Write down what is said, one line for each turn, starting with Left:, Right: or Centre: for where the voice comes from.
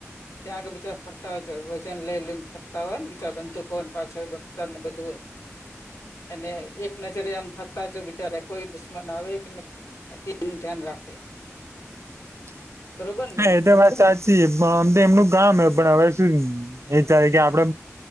Left: ત્યા આગળ બીચાર ફરતા હોય છે વજન લઈ લઈ ફરતા હોય ને બિચાર <unintelligible> ને બધું હોય અને એક નજરે આમ ફરતા જો વીચારે કોઈ દુશ્મન આવે કે નથી કે <inaudible> નનું ધ્યાન રાખે
Right: <unintelligible>
Left: બરોબર ને
Right: હા એ તો વાત સાચી આમ તો એમનું ગામ હો પણ હવે શું એ ચાહે કે આપડે